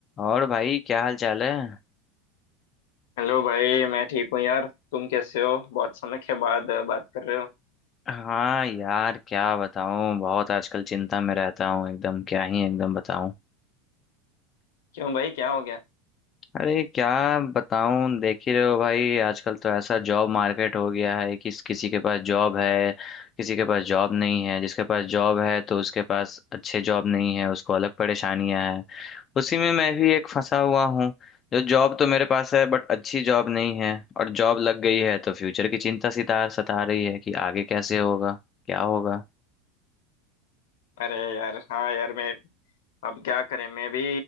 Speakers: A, on the left; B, on the left.
A: और भाई क्या हाल चाल है
B: Hello भाई मैं ठीक हूँ यार तुम कैसे हो बहुत समय के बाद अ, बात कर रहे हो
A: हाँ यार क्या बताऊं बहुत आजकल चिंता में रहता हूँ एकदम क्या ही एकदम बताऊं
B: क्यों भाई क्या हो गया
A: अरे क्या बताऊं देख ही रहे हो भाई आजकल तो ऐसा जॉब मार्केट हो गया है कि किसी के पास जॉब है किसी के पास जॉब नहीं है जिसके पास जॉब है तो उसके पास अच्छे जॉब नहीं है उसको अलग परेशानियां हैं उसी में मैं भी एक फंसा हुआ हूँ जो जॉब तो मेरे पास है बट अच्छी जॉब नहीं है और जॉब लग गई है तो फ्यूचर की चिंता सिता सता रही है कि आगे कैसे होगा क्या होगा
B: अरे यार हाँ यार मैं अब क्या करें मैं भी